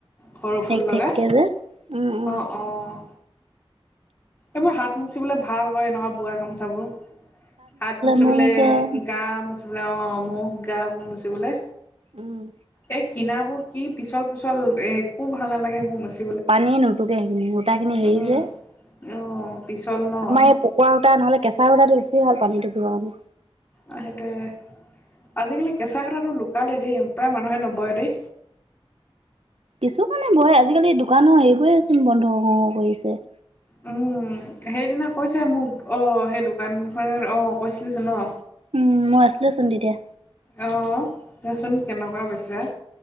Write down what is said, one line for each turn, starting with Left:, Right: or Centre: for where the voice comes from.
Left: সৰু ফুল
Right: ঠেক
Left: লগাই
Right: ঠেক যে। উম উম
Left: অ', অ', এইবোৰ হাত মুচিবলে ভাল হয় নহয়, বোৱা গামোচাবোৰ। হাত মুচিবলে,
Right: মূৰ মুচো আৰু।
Left: গা মচিবলে অ ম গা বোৰ মুচিবলে
Right: উম্,
Left: এই কিনাবোৰ কি পিছল পিছল, এ একো ভাল নালাগে মুচি।
Right: পানী নুটোকে, সূতাখিনি
Left: উম
Right: হেৰি যে।
Left: অ', পিছল ন।
Right: আমাৰ এই পকোৱা সূতা নহ'লে, কেঁচা সূতাটো বেছি ভাল পানী টোকিব কাৰণে।
Left: অ', সেইটোৱে আজিকালি কেঁচা সূতাটো লুকালেই দেই, প্ৰায় মানুহে নবয় দেই।
Right: কিছুমানে বয়, আজিকালি দোকানৰ হেৰিবোৰে চোন বন্ধ হওঁ হওঁ কৰি আছে।
Left: উম্, সেইদিনা কৈছে মোক অ', সেই দোকানখনৰ অ', কৈছিলি যে ন।
Right: উম্, মই আছিলোচোন তেতিয়া।
Left: অ', দেচোন কেনেকুৱা বেচে,